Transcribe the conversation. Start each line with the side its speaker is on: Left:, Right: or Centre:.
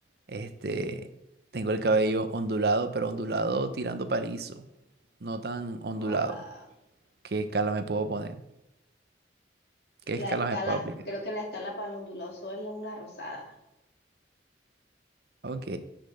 Right: este, tengo el cabello ondulado, pero ondulado tirando palizo, no tan ondulado,
Left: Joda.
Right: ¿qué escala me puedo poner? ¿Qué
Left: La
Right: escala
Left: escala,
Right: me puedo aplicar?
Left: creo que la escala para el ondulado solo es la- una rosada.
Right: Ok,